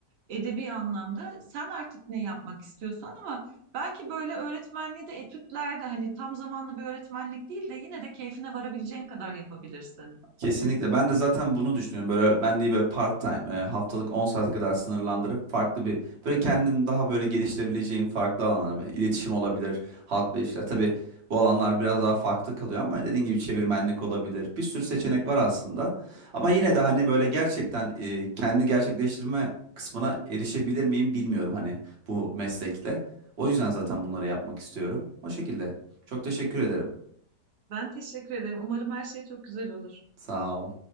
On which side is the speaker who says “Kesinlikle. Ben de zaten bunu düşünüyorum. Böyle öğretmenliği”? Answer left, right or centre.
Right